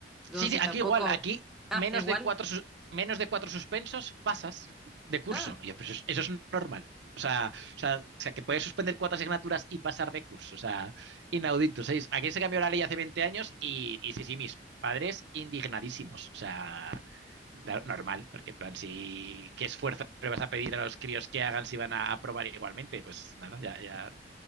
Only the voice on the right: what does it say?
Sí, sí, aquí
igual, aquí
menos
de cuatro, sus- menos de cuatro suspensos pasas de curso.
Y yo, pero eso, es- eso es normal. O sea, o sea, o sea, que puedes suspender cuatro asignaturas y pasar de curso. O sea, inaudito. ¿sabéis? Aquí se cambió la ley hace 20 años y, y sí, sí, mis padres indignadísimos. O sea, Claro, normal, porque en plan, si qué esfuerzo le vas a pedir a los críos que hagan si van a aprobar igualmente, pues nada, ya, ya.